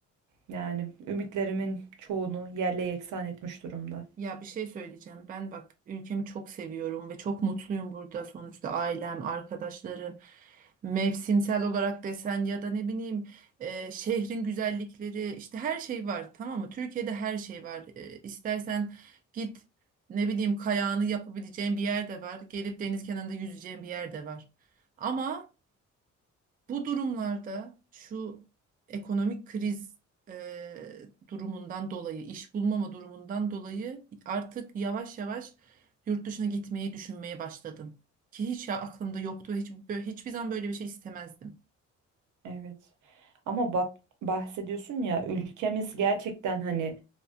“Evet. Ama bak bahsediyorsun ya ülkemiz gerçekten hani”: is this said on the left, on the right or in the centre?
Right